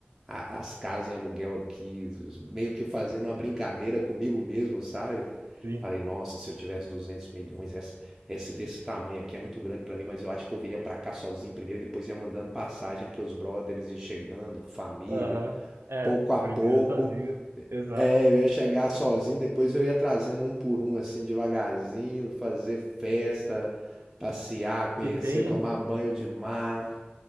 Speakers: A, in the centre; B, on the right (about 85°).
A: a- as casas em aluguel aqui, os- meio que fazendo uma brincadeira comigo mesmo, sabe?
B: sim.
A: Falei, nossa, se eu tivesse 200 milhões, essa, esse desse tamanho aqui é muito grande pra mim, mas eu acho que eu viria pra cá sozinho primeiro, e depois ia mandando passagem pros brothers e chegando, família,
B: Aham. É,
A: pouco a
B: primeiro
A: pouco.
B: sozinho. Exato.
A: É, eu ia chegar sozinho, depois eu ia trazendo um por um, assim, devagarzinho, fazer festa, passear, conhecer,
B: E tem,
A: tomar banho de mar.